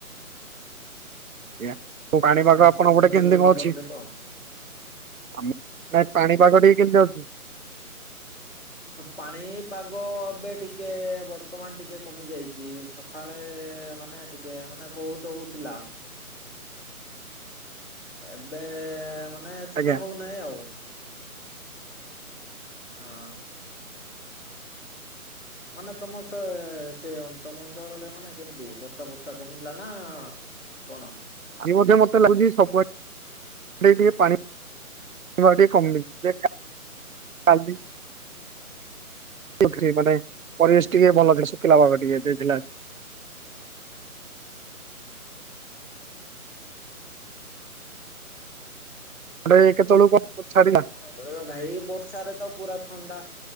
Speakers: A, on the right (about 65°); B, in the centre.
A: ଆଜ୍ଞା ପାଣିପାଗ
B: ସମସ୍ତେ
A: ଆପଣ
B: ସେମିତି
A: ପଟେ କେମିତି
B: ଭୋଜି
A: କଣ
B: କରିଦେଲୁ
A: ଅଛି?
B: ଆଉ
A: ଆମ <unintelligible> ନ ପାଣିପାଗ ଟିକେ କେମିତି ଅଛି?
B: ପାଣି ପାଗ ଏବେ ଟିକେ ବର୍ତ୍ତମାନ ଟିକେ କମି ଯାଇଛି ସକାଳେ ମାନେ ଟିକେ ମାନେ ବହୁତ ହୋଉଥିଲା ଏବେ ମାନେ ସେତେ
A: ଆଜ୍ଞା
B: ହୋଉନାହିଁ ଆଉ। ହଁ। ମାନେ ତମ ସେ ସେ ତମ ଅଞ୍ଚଳରେ ମାନେ କେମିତି ବର୍ଷା ବର୍ଷା କମିଲା ନା କଣ?
A: ଆଜି ମଧ୍ୟ ମତେ ଲାଗୁଛି ସବୁଆଡେ <unintelligible> ଟିକେ ପାଣି ଆଉ ଟିକେ କମିଚି ଯେ <unintelligible> କାଲି ବଖ୍ରୀ ମାନେ ପରିବେଶ ଟିକେ ଭଲରେ ଶୁଖିଲା ପାଗ ଟିକେ ଦେଇଥିଲା। ଆଡେ କେତେବେଳକୁ ଵର୍ଷା ଛାଡ଼ିଲା?
B: କଣ କରିବା ଭାଇ ବର୍ଷାରେ ତ ପୁରା ଥଣ୍ଡା।